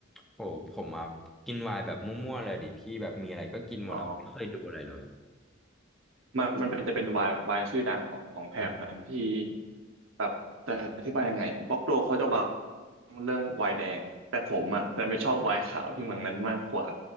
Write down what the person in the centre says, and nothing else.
โอ้ผมอ่ะกินไวน์แบบมั่วๆเลยดิพี่แบบมีอะไรก็กินหมดอ่ะไม่เคยดูอะไรเลยอะ